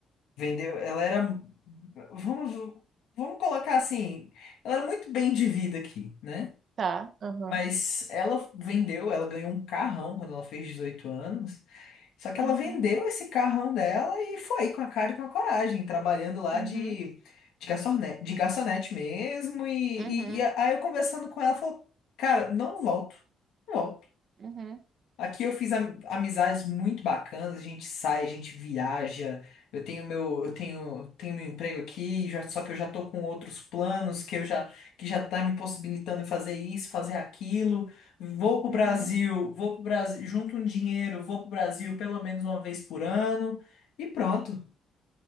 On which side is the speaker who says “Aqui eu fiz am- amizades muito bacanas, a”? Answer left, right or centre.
Left